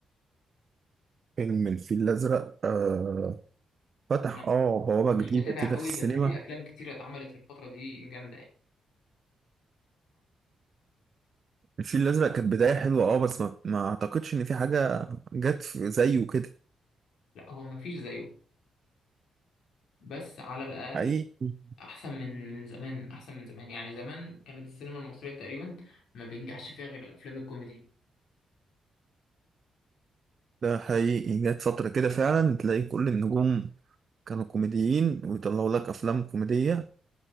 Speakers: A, on the right (about 50°); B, on the left (about 80°).
A: فيلم الفيل الازرق آه فتح
B: أنا
A: اه بوابه
B: أنا
A: جديده
B: مش متابع
A: كده
B: قوي
A: في السينما
B: بس في أفلام كتيرة اتعملت في الفترة دي جامدة يعني
A: الفيل الازرق كانت بدايه حلوه اه بس ما, ما اعتقدش ان في حاجه جت في- زيه كده
B: لا هو مفيش زيه بس على الأقل
A: حقيقي
B: أحسن من من زمان أحسن من زمان يعني زمان كانت السينما المصرية تقريبا ما بينجحش فيها غير الأفلام الكوميدي
A: ده حقيقي جت فترة كده فعلا تلاقي كل النجوم كانوا كوميديين ويطلعوا لك أفلام كوميدية